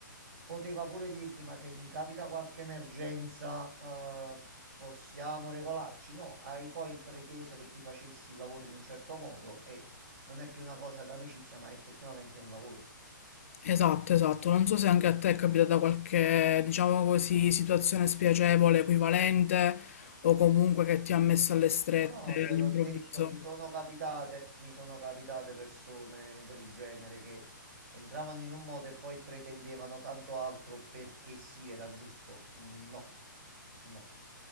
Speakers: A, on the right; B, on the left.
A: Poteva pure dirti, ma se mi capita qualche emergenza, eh, possiamo regolarci? No, hai poi preteso che ti facessi il lavoro in un certo modo e non è più una cosa d'amicizia, ma effettivamente è un lavoro.
B: Esatto, esatto. Non so se anche a te è capitata qualche, diciamo così, situazione spiacevole, equivalente, o comunque che ti ha messo alle strette
A: No, no, te
B: all'improvviso.
A: l'ho detto, mi sono capitate, mi sono capitate persone del genere che entravano in un modo e poi pretendevano tanto altro perché sì, era giusto. No, no,